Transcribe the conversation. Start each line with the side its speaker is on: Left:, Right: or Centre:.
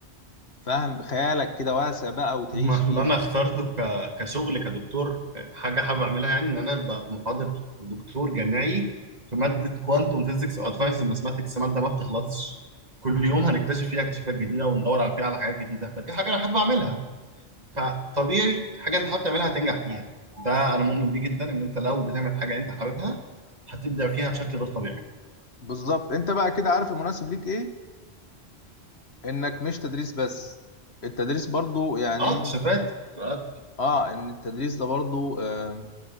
Left: فاهم خيالك كده واسع بقى
Right: <laughs>
Left: وتعيش
Right: ما
Left: فيها
Right: اللي انا اخترته ك... كشغل كدكتور حاجه حابب اعملها يعني ان انا ابقى محاضر دكتور جامعي في ماده كوانتم فيزيكس وادفانس ماثماتكس ماده ما بتخلصش كل يوم هنكتشف فيها اكتشافات جديده وندور على فيها على حاجات جديده فدي حاجه انا حابب اعملها فطبيعي حاجه انت حابب تعملها هتنجح فيها ده انا مؤمن بيه جدا ان انت لو بتعمل حاجه انت حاببها هتبدع فيها بشكل غير طبيعي
Left: بالظبط انت بقى كده عارف المناسب ليك ايه انك مش تدريس بس التدريس برضو يعني
Right: اه اكتشافات اختراعات.
Left: اه ان التدريس ده برضو آه